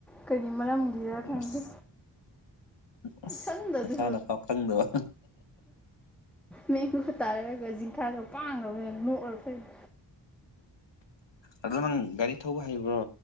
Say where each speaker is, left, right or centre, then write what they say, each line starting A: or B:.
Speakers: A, in the centre; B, on the left (about 75°).
A: ꯀꯔꯤ ꯃꯔꯝ ꯏꯌꯥ ꯈꯪꯗ
B: ꯑꯁ ꯑꯁ
A: ꯆꯗ
B: ꯅꯁꯥꯅꯐꯥꯎ
A: ꯑꯗꯨ
B: ꯈꯪꯗꯕ
A: ꯃ ꯇꯥꯔꯛꯑꯒ ꯤꯡꯈꯥꯒ ꯄꯥꯡꯅꯕꯅ ꯅꯣꯛꯔ ꯐꯩꯅ
B: ꯑ ꯅꯪ ꯒꯥꯔꯤ ꯊꯧꯕ ꯍꯩꯕ꯭ꯔꯣ